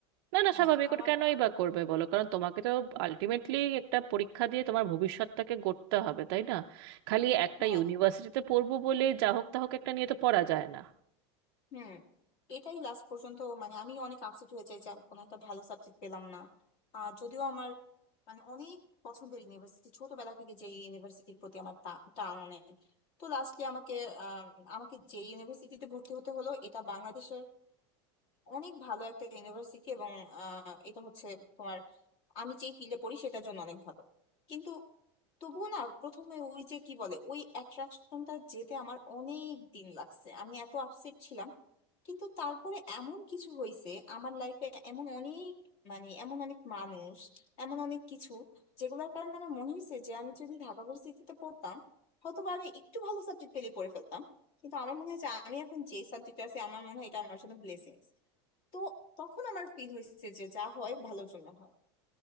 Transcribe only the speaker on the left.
হ্যাঁ
আমার
হ্যাঁ
হুম এটাই লাস্ট পর্যন্ত মানে আমি অনেক আপসেট হয়ে যাই যে আমি কোনো একটা ভালো সাবজেক্ট পেলাম না আহ যদিও আমার মানে অনেক পছন্দের ইউনিভার্সিটি ছোটবেলা থেকে যে ইউনিভার্সিটির প্রতি আমার টা- টান অনেক তো লাস্টলি আমাকে আম, আমাকে যে ইউনিভার্সিটিতে ভর্তি হতে হলো এটা বাংলাদেশের অনেক ভালো একটা ইউনিভার্সিটি এবং আহ, এটা হচ্ছে তোমার আমি যেই ফিল্ডে পড়ি সেটার জন্য অনেক ভালো কিন্তু তবুও না প্রথমে ওই যে কি বলে ওই অ্যাট্রাকশনটা যেতে আমার অনেক দিন লাগছে আমি এত আপসেট ছিলাম কিন্তু তারপরে এমন কিছু হয়েছে আমার লাইফে এমন অনেক মানে এমন অনেক মানুষ এমন অনেক কিছু যেগুলোর কারণে আমার মনে হয়েছে যে আমি যদি ঢাকা ভার্সিটিতে পড়তাম হয়তো বা আমি একটু ভালো সাবজেক্ট পেলে পড়ে ফেলতাম কিন্তু আমার মনে হয় যে আমি এখন যে সাবজেক্ট আছে আমার মনে হয় এটা আমার জন্য ব্লেসিংস তো তখন আমার ফিল হয়েছে যে যা হয় ভালোর জন্য হয়